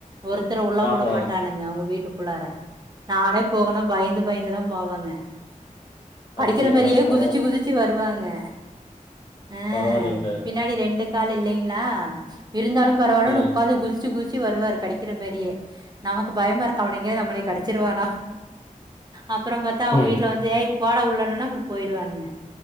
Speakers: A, on the right; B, on the left.
A: ஒருத்தர் உள்ள
B: ஆஹோ
A: உட மாட்டானுங்க அவங்க வீட் ட்டுக்குள்ளாற நானே போகணு பயந்து பயந்துதாம் பாவங்க படிக்கிற
B: அப்டிங்களா
A: மாரியே
B: பரவா
A: குதிச்சு குதிச்சு வருவா இல்ல அ
B: பரவாயில்லைங்களே
A: பின்னாடி ரெண்டு கால் இல்லைங்ளா இருந்தாலும் பரவால்லன்
B: ம்
A: உக்காந்து குதிச்சு குதிச் ச்சி வருவாரு கடிக்கிற மாரியே நமக்கு பயமா இருக் கவனிங்க நம்பலை கடிச்சிருவானா அப்புறம் பாத்தா அவங்க
B: ம்
A: வீட்ல வந்து ஏய் போடா உள்ளன்னுனா அப்புறோ போயிடுவானுங்க